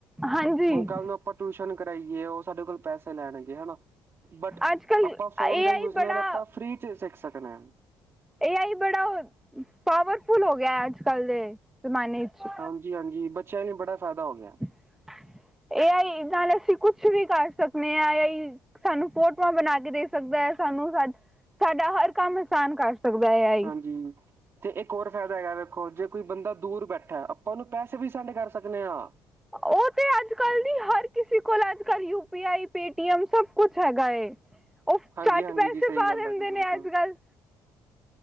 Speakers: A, in the centre; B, on the right.
A: ਹਾਂਜੀ
B: ਹੁਣ ਕੱਲ ਨੂੰ ਆਪਾਂ ਟਿਊਸ਼ਨ ਕਰਾਈਏ ਓ ਸਾਡੇ ਕੋਲ ਪੈਸੇ ਲੈਣਗੇ ਹੈਨਾ। ਬਟ
A: ਅੱਜ ਕੱਲ
B: ਆਪਾਂ ਫੋਨ
A: ਏ
B: ਦੇ ਯੂਜ
A: ਆਈ ਬੜਾ
B: ਨਾਲ ਆਪਾਂ ਫ੍ਰੀ ਚ ਸਿੱਖ ਸਕਨੇ ਆ।
A: ਏ ਆਈ ਬੜਾ ਪਾਵਰਫੁਲ ਹੋ ਗਿਆ ਅੱਜ-ਕੱਲ ਦੇ ਜ਼ਮਾਨੇ ਚ।
B: ਹਾਂਜੀ-ਹਾਂਜੀ, ਬੱਚਿਆਂ ਨੂੰ ਬੜਾ ਫਾਇਦਾ ਹੋ ਗਿਆ ਐ।
A: <inaudible> ਏ ਆਈ ਨਾਲ ਅਸੀਂ ਕੁਛ ਵੀ ਕਰ ਸਗਨੇ ਆ ਏ ਆਈ ਸਾਨੂੰ ਫੋਟੋਆਂ ਬਣਾ ਕੇ ਦੇ ਸਕਦਾ ਐ ਸਾਨੂੰ, ਸਾ ਸਾਡਾ ਹਰ ਕੰਮ ਆਸਾਨ ਕਰ ਸਕਦਾ ਐ।
B: ਹਾਂਜੀ ਤੇ ਇੱਕ ਹੋਰ ਫਾਇਦਾ ਹੈਗਾ ਵੇਖੋ ਜੇ ਕੋਈ ਬੰਦਾ ਦੂਰ ਬੈਠਾ ਅ ਤੁਆਨੂੰ ਪੈਸੇ ਵੀ ਸੈਂਡ ਕਰ ਸਗਨੇ ਆ।
A: ਉਹ ਤੇ ਅੱਜ-ਕੱਲ ਨੀ ਹਰ ਕਿਸੇ ਕੋਲ ਅੱਜ-ਕਲ ਯੂਪੀਆਈ ਪੇਟੀਐਮ ਸਬ ਕੁਛ ਹੈਗਾ ਏ। ਉਹ
B: ਹਾਂਜੀ-ਹਾਂਜੀ
A: ਝੱਟ ਪੈਸੇ
B: ਜੀ ਸਈ
A: ਪਾ
B: ਗੱਲ
A: ਦਿੰਦੇ
B: ਆ ਜੀ ਬਿਲਕੁਲ।
A: ਨੇ ਅੱਜ ਕੱਲ